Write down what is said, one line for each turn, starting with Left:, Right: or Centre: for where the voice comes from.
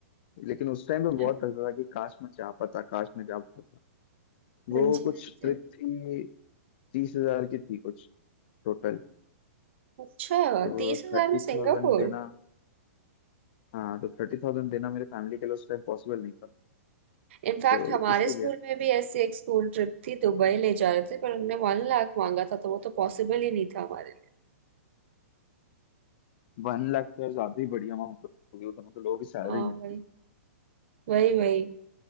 Left: लेकिन उस टाइम तो
Right: अच्छा,
Left: बहुत लगता था कि काश मैं जा पाता काश मैं जा पाता
Right: हाँ
Left: वो
Right: जी
Left: कुछ
Right: हाँ जी
Left: ट्रिप थी तीस हजार की थी कुछ टोटल,
Right: अच्छा
Left: तो
Right: तीस हजार
Left: थर्टी
Right: में सिंगापुर
Left: थाउजेंड देना हाँ तो थर्टी थाउजेंड देना मेरे फैमिली के लिए उस टाइम पॉसिबल नहीं था
Right: इनफैक्ट
Left: तो
Right: हमारे
Left: इसीलिए
Right: स्कूल में भी ऐसी एक स्कूल ट्रिप थी दुबई ले जा रहे थे पर उनने वन लाख मांगा था तो वो तो पॉसिबल ही नहीं था हमारे लिए
Left: वन लाख तो यार ज्यादा ही बढ़िया अमाउंट होगी वो दोनों तो लोगों की सैलरी
Right: हाँ
Left: नहीं होती
Right: वही वही वही